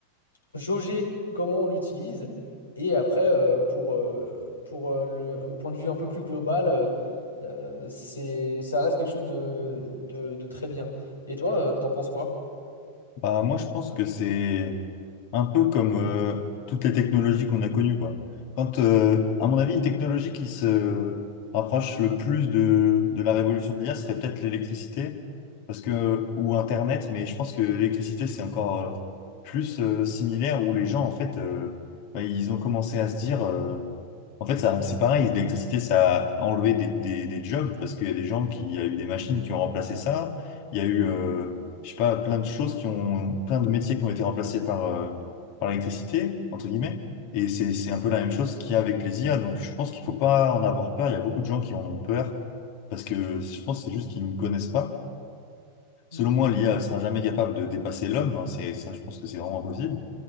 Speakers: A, on the left; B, on the left.
A: jauger comment on l'utilise. Et après, euh, pour, euh, pour euh, le, le point de vue un peu plus global, euh, euh, c'est, ça reste quelque chose de, de, de très bien. Et toi, euh, t'en penses quoi?
B: Bah, moi, je pense que c'est un peu comme euh, toutes les technologies qu'on a connues, quoi. Quand, euh, à mon avis, une technologie qui se rapproche le plus de, de la révolution de l'IA serait peut-être l'électricité, parce que, ou Internet, mais je pense que l'électricité, c'est encore euh, plus euh, similaire où les gens, en fait, euh, bah, ils ont commencé à se dire. euh, en fait, ça, c'est pareil, l'électricité, ça a enlevé des, des, des jobs parce qu'il y a des gens qui, il y a eu des machines qui ont remplacé ça. Il y a eu,
A: Mhm,
B: euh, je sais pas, plein de choses qui ont, plein de métiers qui ont été remplacés par, euh, par l'électricité, entre guillemets. Et c'est, c'est un peu la même chose qu'il y a avec les IA. Donc, je pense qu'il faut pas en avoir peur. Il y a beaucoup de gens qui en ont peur parce que je pense que c'est juste qu'ils ne connaissent pas. Selon
A: mhm.
B: moi, l'IA ne sera jamais capable de dépasser l'homme. hein. C'est ça, je pense que c'est vraiment impossible.